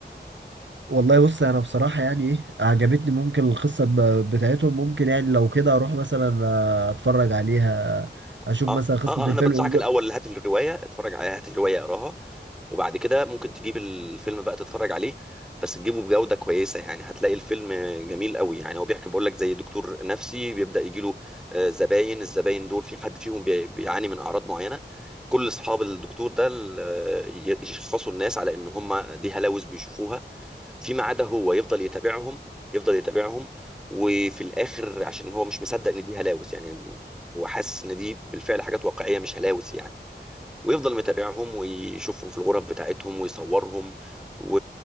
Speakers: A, on the right; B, in the centre.
A: والله بص انا بصراحه يعني ايه عجبتني ممكن القصه ب- بتاعتهم ممكن يعني لو كده اروح مثلا آه، اتفرج عليها
B: اه
A: اشوف مثلا قصه
B: اه
A: الفيلم
B: آه، انا بنصحك
A: أوض-
B: الاول هات الروايه اتفرج عليها هات الروايه اقراها وبعد كده ممكن تجيب الفيلم بقى تتفرج عليه بس تجيبه بجوده كويسه يعني هتلاقي الفيلم جميل قوي يعني هو بيحكي بقول لك زي دكتور نفسي بيبدا يجي له آه، زباين الزباين دول في حد فيهم بي- بيعاني من اعراض معينه كل اصحاب الدكتور ده ال- آه، يشخصوا الناس على ان هم دي هلاوس بيشوفوها فيما عدا هو يفضل يتابعهم يفضل يتابعهم وفي الاخر عشان هو مش مصدق ان دي هلاوس يعني هو حاسس ان دي بالفعل حاجات واقعيه مش هلاوس يعني ويفضل متابعهم ويشوفهم في الغرف بتاعتهم ويصورهم و...